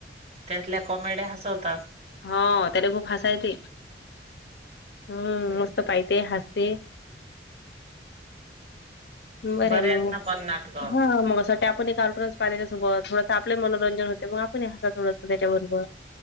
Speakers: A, on the right (about 35°); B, on the left (about 70°).
A: त्यातल्या कॉमेड्या हासवतात.
B: हाव त्याले खूप हासा येते, हम्म मस्त पायते हास ते. बरंय
A: बरे
B: मग
A: आहेत ना पण नाटकं
B: हम्म मग असं वाटते आपणई कार्टूनच पाहा त्याच्यासोबत थोडसं आपलई मनोरंजन होते म आपणही हासा थोडंसं त्याच्याबरोबर.